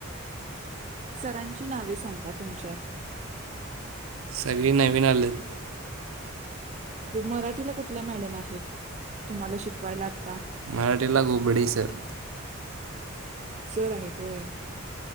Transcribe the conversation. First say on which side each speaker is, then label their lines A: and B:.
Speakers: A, on the right (about 35°); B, on the right (about 80°).
A: सरांची नावे सांगा तुमच्या
B: सगळी नवीन आलेत
A: मराठीला कुठल्या मॅडम आहेत तुम्हाला शिकवायला आता
B: मराठीला गऊबडी सर
A: सर आहेत होय